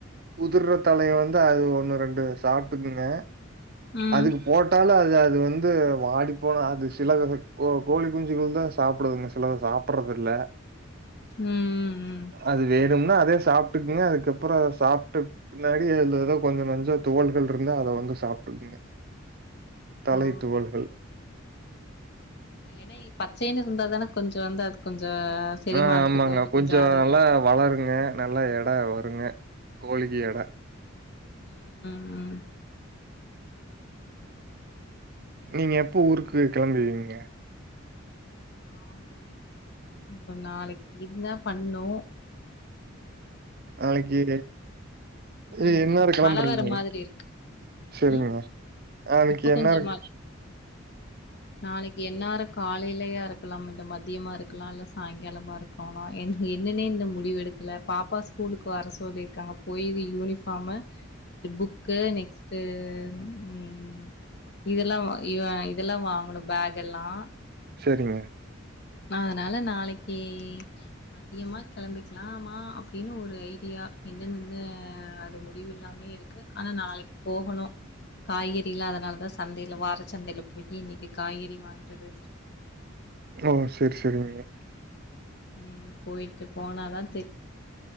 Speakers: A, on the right (about 50°); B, on the left (about 55°).
A: உதர்ற தலய வந்து அது ஒன்னு ரெண்டு சாப்ட்டுக்குங்க
B: ம்
A: அதுக்கு போட்டாலும் அது அது அது வந்து வாடிப்போனா அது சில கோ கோழி குஞ்சுகள் தான் சாப்பிடுதுங்க சிலத சாப்டடுறது இல்ல
B: ம் ம் ம்.
A: அது வேணும்னா அதே சாப்பிட்டுக்குங்க அதுக்கப்புறம் அத சாப்பிட்ட பின்னாடி து ஏதோ கொஞ்சோ நஞ்சோ துவல்கள் இருந்தா அத வந்து சாப் ங்க தலை
B: ஓ
A: துவல்கள்
B: ஏன்னா பச்சைன்னு இருந்தா தானே கொஞ்சோ வந்தா அது கொஞ்சோ செரிமானத்துக்கோ
A: ஆ ஆமாங்க
B: இல்ல
A: கொஞ்சோ
B: ஆரோக்கிய
A: நல்லா வளருங்க நல்லா எடம் வ குங்க கோழிக்கு எட
B: ம் ம் ம் ஓ
A: நீங்க எப்போ ஊருக்கு கிளம்புவீங்க
B: நாங்க ஒரு நாளைக்கு இதுதான் பண்ணும்
A: நாளைக்கு
B: ம்
A: என் நேரம் கிளம்புறீங்க
B: மழ வர மாதிரி இருக்கு
A: சரிங்க
B: ம்
A: நாளைக்கு
B: இப்ப கொஞ்சமா
A: என் நேரம்
B: நாளைக்கு என்னார காலைலியா இருக்கலாம் என்று மத்தியமா இருக்கலாம் இல்ல சாயங்காலமா இருக்காம் என்னன்ன இந்த முடிவு எடுக்கல பாப்பா ஸ்கூலுக்கு வர சொல்லியிருக்காங்க போயது யூனிஃபார்ம் இ புக்கு நெக்ஸ்ட் டு உம் இதெல்லாம் இதெல்லாம் வாங்கணும் பேக் எல்லாம்
A: சரிங்க
B: அதனால நாளைக்கு மத்தியமா கிளம்பிக்கலாமா அப்படின்னு ஒரு ஐடியா என்னனு வந்து அது முடிவு இல்லாம இருக்கு ஆனா நாளைக்கு போகணும் காய்கறிலாம் அதனால தா சந்தையில வாரச்சந்தையில போயி இன்னைக்கு காய்கறி வாங்கிட்டு வந்து வச்சிருக்கிற
A: ஓ சரி சரி நீய
B: உம் போயிட்டு போனாதான்